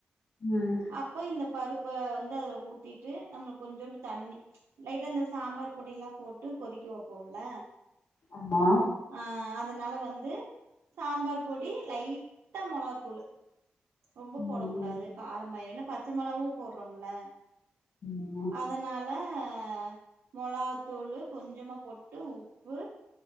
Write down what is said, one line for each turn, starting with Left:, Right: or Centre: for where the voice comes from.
Left: ம்
Right: அப்போ இந்த பருப் இப்ப வந்து அதுல ஊத்திட்டு நம்ம கொஞ்சூண்டு தண்ணி ப்ச் லைட்டா அந்த சாம்பார் பொடியல்லா போட்டு கொதிக்க வைப்போம்ல
Left: அம்மா
Right: அஹ் அதனால வந்து சாம்பார் பொடி லைட்டா மொளாத்தூள்ளு ரொம்ப
Left: ம்
Right: போடக்கூடாது காரமா ஆயிடு ஏனா பச்ச மொளவாவூ போடுறோம்ல
Left: ஆமா ம் ம்
Right: அதனால க மொளகாத்தூளு கொஞ்சமா போட்டு உப்பு